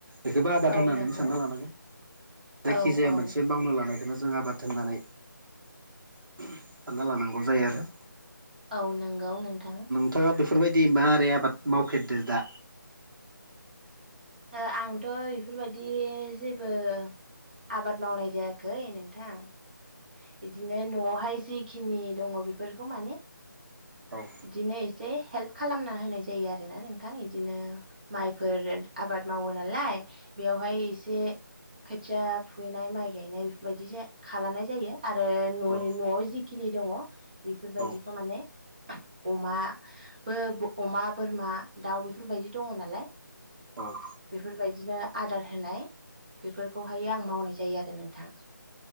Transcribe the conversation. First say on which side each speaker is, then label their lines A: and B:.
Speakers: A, on the right (about 80°); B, on the right (about 25°).
A: बेखौबो आबाद
B: औ
A: होननानै
B: नंगौ
A: सानना लानांगोन जायखिजाया
B: औ औ
A: मोनसे मावनो लानायाय बेखौनो जों आबाद होननानै सानना लानांगौ जायो आरो।
B: औ नंगौ नोंथां
A: नोंथाङा बेफोरबायदि मारै आबाद मावफेरदो दा
B: ओ आंथ' इफोरबायदि जेबो आबाद मावनाय जायाखै नोंथां बिदिनो न'आवहाय जिखिनि दङ बेफोरखौ माने
A: औ
B: इदिनो एसे हेल्प खालामना होनाय जायो आरोना नोंथां इदिनो माइफोर आबाद मावो नालाय बेयावहाय एसे खोथिया फुहैनाय माइ गायनाय बेफोरबायदि खालामनाय जायो आरो न
A: औ
B: न'आव जि खिनि दङ बेफोरबायदिखौ
A: औ
B: माने अमा बो अमा बोरमा दाउ बेफोरबायदि दङ नालाय
A: औ
B: बेफोरबायदिनो आदार होनाय बेफोरखौहाय आं मावनाय जायो आरो नोंथां।